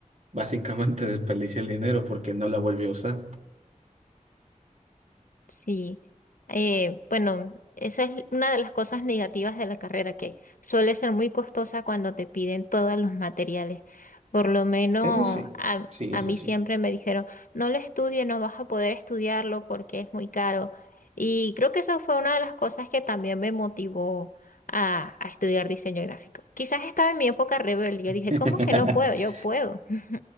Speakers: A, on the right; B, on the left.
A: básicamente <laughs> desperdicié el dinero porque no la volví a usar.
B: Sí, eh, bueno, esa es una de las cosas negativas de la carrera, que suele ser muy costosa cuando te piden todos los materiales. Por lo menos
A: Eso sí,
B: a,
A: sí,
B: a
A: eso
B: mí
A: sí.
B: siempre me dijeron, no lo estudie, no vas a poder estudiarlo porque es muy caro. Y creo que esa fue una de las cosas que también me motivó a, a estudiar diseño gráfico. Quizás estaba en mi época rebelde, yo dije,
A: <laughs>
B: ¿cómo que no puedo? Yo puedo. <laughs>